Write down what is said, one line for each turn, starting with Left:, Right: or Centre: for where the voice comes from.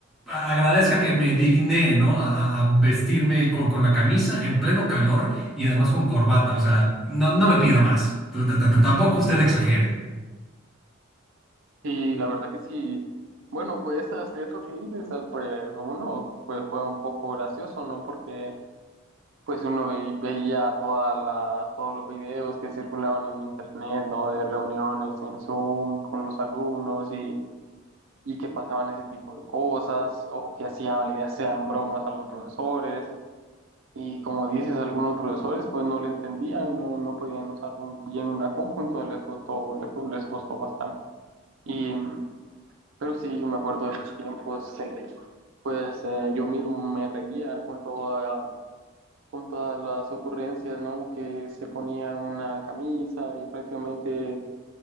Centre: agradezca que me digné, ¿no? A, a vestirme con, con la camisa en pleno calor y además con corbata. O sea, no, no me pida más. T- t- t- Tampoco usted exagere.
Right: Y la verdad que sí, bueno, pues eso, eso que dices, pues uno pues fue un poco gracioso, ¿no? Porque pues uno ve- veía todas las, todos los videos que circulaban en internet, ¿no? De reuniones en Zoom con los alumnos y, y que pasaban ese tipo de cosas o que hacían, le hacían bromas a los profesores. Y como dices, algunos profesores pues no le entendían, no, no podían usar un- bien una compu, entonces les costó, les, les costó bastante. Y, pero sí, yo me acuerdo de esos tiempos, eh, pues eh, yo mismo me reía con toda con todas las ocurrencias, ¿no? Que se ponían una camisa y prácticamente,